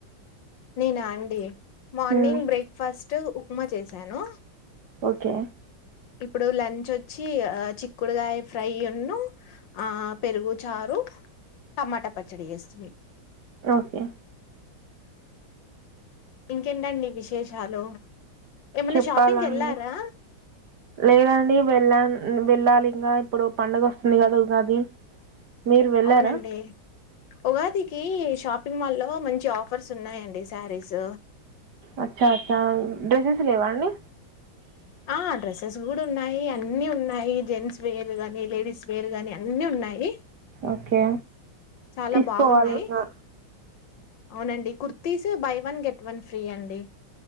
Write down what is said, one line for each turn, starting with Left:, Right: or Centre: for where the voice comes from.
Left: నేనా అండి మార్నింగ్
Right: మ్,
Left: బ్రేక్ఫాస్ట్ ఉప్మా చేశాను.
Right: ఓకే
Left: ఇప్పుడు లంచ్ ఓచ్చి ఆ చిక్కుడుగాయ ఫ్రై ఉన్ను ఆ పెరుగు చారు టమాటా పచ్చడి ఏస్తుంది.
Right: ఓకే
Left: ఇంకెంటండి విశేషాలు ఏమన్నా
Right: చెప్పాలండి
Left: షాపింగ్ వెళ్ళారా
Right: లేదండి వెళ్ళాను. వెళ్ళాలి ఇంకా ఇప్పుడు పండగ వస్తుంది కదా ఉగాది మీరు వెళ్ళారా
Left: అవునండి ఉగాదికి షాపింగ్ మాల్ లో మంచి ఆఫర్స్ ఉన్నాయండి సారీస్
Right: అచ్చా అచ్చా డ్రెస్సెస్ లేవాండి.
Left: ఆ డ్రెస్సెస్ కూడా ఉన్నాయి. అన్నీ ఉన్నాయి జెంట్స్ వేర్ గాని లేడీస్ వేర్ గాని అన్ని ఉన్నాయి.
Right: ఓకే
Left: చాలా
Right: తీసుకోవాలింకా
Left: బాగున్నాయి అవునండి kurtis buy one get one free అండి.